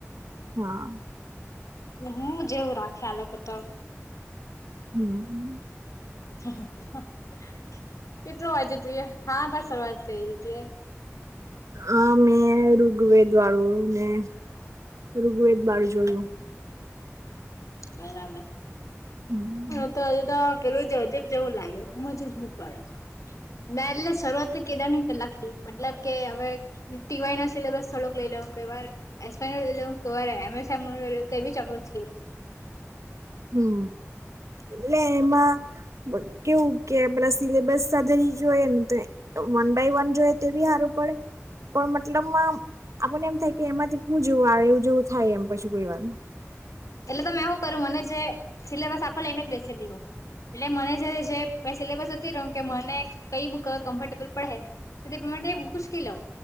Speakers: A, on the right (about 75°); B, on the left (about 85°).
A: હા
B: હું જેવું રાખે આ લોકો તો
A: હમ
B: હ કેટલો વાંચું તું એ હા પણ શરૂઆત કરી હતી
A: હ મેં ઋગ્વેદ વાળું ને ઋગ્વેદ બાર જોયું.
B: બરાબર
A: હમ
B: હા તો- હ તો પેલું જજબ જેવું લાગે સમજ જ નહી પડે ના એટલે શરૂઆત કેદારની કલાક મતલબ કે હવે ટીવાય ના સિલેબસ થોડુંક લઈ લે વા એ લઈ લે વા અમે સા કઈ બી ચપડો ખીધ
A: હમ એટલે એમાં કેવું કે પલસ સિલેબસ સાથેધારી જોઈએ ને તો વન બાય વન જોએ તે બી સારું પડે પણ મતલબ આપને એમ થાય કે એમાંથી હું જોવું આવે એવું જેવું થાય એમ પછી કોઈવાર.
B: એટલે તો મેં શું કર્યું મને જે સિલેબસ આખો લે એને જ બેસી હોવ. એટલે મને જયારે જે સિલેબસ કે મને કઈ બુક કમ્ફર્ટેબલ પડે તો તે બૂક ઉંચકી લેવ.